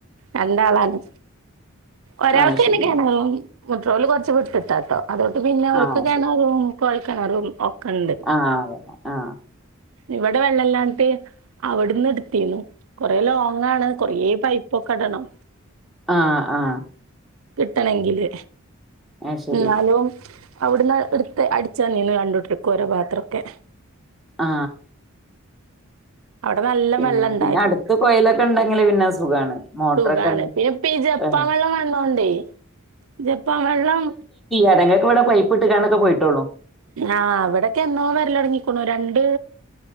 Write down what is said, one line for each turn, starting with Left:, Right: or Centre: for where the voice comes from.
Right: നല്ല ആളാണ് ഒരാൾക്ക്
Centre: ആഹ് ശരിയാ
Right: എനിക്കാണേൽ മെട്രോൽ കുറച്ചു വിട്ടിട്ടാട്ടോ അതുകൊണ്ട് പിന്നെ ഓൽക്ക്
Centre: ആഹ്
Right: കെണറും കോൽക്കിണറും ഒക്കെ ഉണ്ട്
Centre: ആ അതെ ആ
Right: ഇവിടെ വെള്ളല്ലാഞ്ഞിട്ട് അവിടെന്ന് എടുത്തിന്നു കൊറെ ലോംഗ് ങ്ങാണ് കൊറേ പൈപ്പൊക്കെ ഇടണം
Centre: ആ ആ
Right: കിട്ടണെങ്കില്
Centre: അത് ശരി
Right: എന്നാലും അവിടെന്ന് എടുത്ത് അടിച്ചതന്നീന് രണ്ടുട്ടർക്കും ഓരോ പാത്രൊക്കെ
Centre: ആ
Right: അവിടെ നല്ല
Centre: പിന്ന
Right: വെള്ളം ഉണ്ടായിരുന്നു
Centre: പിന്നെ അടുത്ത കൊയലൊക്കെ ഉണ്ടെങ്കില് പിന്നെ സുഖാണ് മോട്ടറൊക്കെണ്ട്
Right: സുഖാണ് പിന്നെ ഇപ്പ ഈ ജപ്പാൻ
Centre: ഏഹ്
Right: വെള്ളം വന്നോണ്ടേ ജപ്പാൻ വെള്ളം
Centre: ഞങ്ങക്കിവിടെ പൈപ്ഇട്ടുകാണ്ടോക്കെപൊയിട്ടുള്ളു
Right: ആ അവിടൊക്കെ എന്നോ വരലൊടങ്ങിക്കണു രണ്ട്